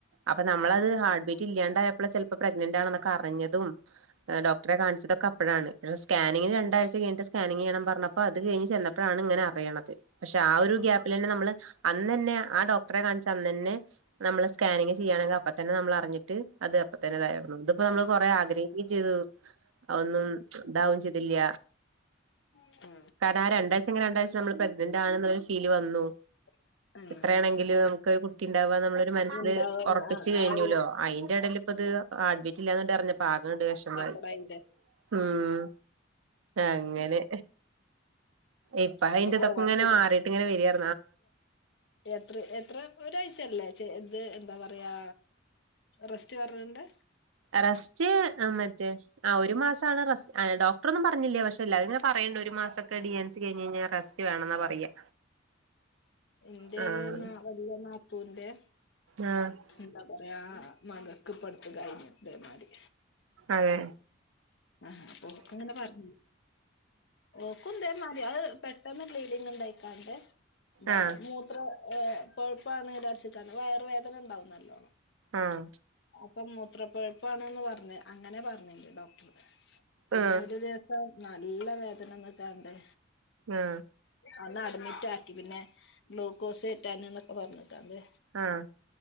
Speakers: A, on the right; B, on the left.
A: അപ്പൊ നമ്മളത് ഹാർട്ട്ബീറ്റ് ഇല്ലാ ണ്ടയപ്പോഴ ചിലപ്പോ പ്രഗ്നന്റ് ആണെന്നൊക്കെ അറിഞ്ഞതും ഡോക്ടറെ കാണിച്ചതൊക്കെ അപ്പഴാണ്. സ്കാനിങ്
B: എന്താവന്ന്
A: രണ്ടഴ്ച
B: ആ
A: കഴിഞ്ഞിട്ട് സ്കാനിങ് ചെയ്യണം പറഞ്ഞപ്പോ അത് കഴിഞ്ഞ് ചെന്നപ്പോഴാണ് ഇങ്ങനെ അറിയത് പക്ഷെ ഒരു ഗ
B: ഉം,
A: നമ്മള് അന്നന്നെ ആ ഡോക്ടറെ കാണിച്ച് അന്നന്നെ നമ്മള് സ്കാനിങ് ചെയ്യുകയാണെങ്കിൽ അപ്പ തന്നെ നമ്മൾ അറിഞ്ഞിട്ട് അത് അപ്പ തന്നെ ഇതായിരുന്നു അപ്പൊ നമ്മള് കൊറെ ആഗ്രഹിക്കയും ചെയ്തു ഒന്നും ഇണ്ടാവും ചെയ്തില്ല
B: ഉം, ഉം,
A: കാരണം ആ രണ്ടാഴ്ച ങ്കി രണ്ടാഴ്ച നമ്മൾ പ്രഗ്നന്റ് ആണ്ന്നുള്ളരു ഫീല് വന്നു.
B: <inaudible>
A: എത്രയാണെങ്കിലും
B: ഉം, ഉം.
A: നമുക്കൊരു ഒരു കുട്ടി ഉണ്ടാവാ നമ്മളൊരു മനസ്സിൽ
B: ഉണ്ടാവുന്ന
A: ഉറപ്പിച്ച്
B: ആ
A: കഴിഞ്ഞല്ലോ
B: ആ ഒരു
A: അയിന്റെ ഇടേൽ പ്പ ത് ആഡ് ബീറ്റില്ല എന്ന് ട്ട് അർഞ്ഞപ്പോ ആകെ ണ്ട് വെ ശമായി.
B: സങ്കടായില്ലേ
A: ഉം അങ്ങനെ ഇപ്പ അയിന്റെതൊക്കെ
B: ഇപ്പൊ പോവാനായില്ലേ
A: ഇങ്ങനെ മാറിട്ട് ഇങ്ങനെ വരാ
B: എത്ര എത്ര ഒരാഴ്ച ചെല്ലേ ഇത് എന്താ പറയാ റെസ്റ്റ് റണ്ട്
A: റസ്റ്റ് മറ്റേ ആ ഒരു മാസാണ് റസ് ആ ഡോക്ടറ ഒന്നും പറഞ്ഞില്ല പക്ഷ എല്ലാരും ങ്ങനെ പറേണ്ട് ഒരു മാസൊക്കെ ഡി എൻസി കഴിഞ് കഴഞ്ഞാ റസ് റ്റ് വേണെന്നാ പറയാ
B: എന്റെ
A: ആ
B: ന വല്യ നാത്തൂന്റെ
A: ആ
B: എന്താ അ ആ മകക്ക് ഇപ്പടുത്ത് കഴിഞ്ഞു ഇതേ മാരി
A: അതെ
B: ആഹ അപ്പൊ ഓക്ക് അങ്ങനെ പർ ഞ്ഞു ഓ ക്കും ന്തേമാരി അത് പെട്ടെന്ന് ബ്ലീഡിങ് ഇണ്ടായിക്കാണ്ടേ അതായത്
A: ആ
B: മൂത്ര പഴുപ്പാണ് വിചാർച്ച് ക്കാണ്ട് വയറുവേദന ഇണ്ടാവും നല്ലോണം
A: ആഹ
B: ഇപ്പൊ മൂത്രപ്പഴുപ്പണന്ന് പറഞ്ഞഞ് അങ്ങനെ പറഞ്ഞില്ലോ പിന്നെ
A: ആ
B: ഒരു ദിവസം നല്ല വേതനന്നൊക്കണ്ടേ
A: ആ
B: അന്ന് അഡ്മിറ്റ് ആക്കി പിന്നെ ഗ്ലൂക്കോസ് റ്റൻ എന്നൊക്കെ പറഞ്ഞിട്ടാണ്ട്
A: ആ